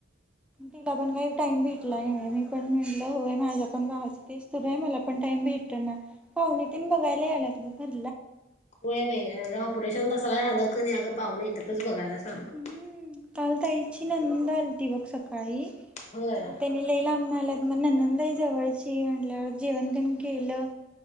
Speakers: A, in the centre; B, on the left.
A: तिला पण काय टाईम <unintelligible> मी पण म्हणटलं होय माझ्या पण <unintelligible> मला पण टाईम भेटत ना पाहुणे तेन बघायला यायला तु भर
B: <unintelligible> ऑपरेशन तसं काय झालंच पाहूण येत्यातच बघायला. सारखं.
A: हम्म काल ताईची
B: त्यामुळं
A: नंद
B: काय नाही.
A: आलती बघ सकाळी
B: होय
A: त्यांनी लय लांब न मग ननंद बाई जवळची आहे म्हंटल्या वर जेवणं तेन केलं.